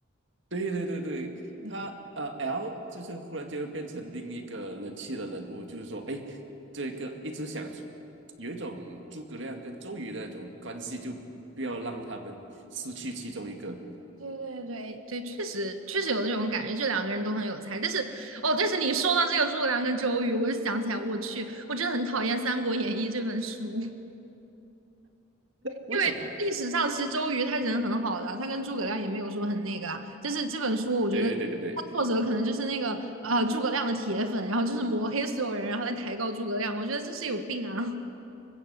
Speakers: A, on the right; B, on the right.
A: 对对对对，
B: <laughs>
A: 他呃，L
B: 对。
A: 就是忽然就变成另一个人气的人物，就是说，哎，这个一直想有一种诸葛亮跟周瑜的那种关系，就不要让他们失去其中一个。
B: 对对对对，确实确实有那种感觉，就两个人都很有才。但是哦，但是你说到这个诸葛亮跟周瑜，我就想起来，我去，我真的很讨厌《三国演义》这本书。
A: 为什么？
B: 因为历史上其实周瑜他人很好的啊，他跟诸葛亮也没有说很那个啦。就是这本书我觉得他作者可能就是那个呃诸葛亮的铁粉，
A: 对对对对对，
B: 然后就是抹黑所有人，然后来抬高诸葛亮。我觉得这是有病啊！<laughs>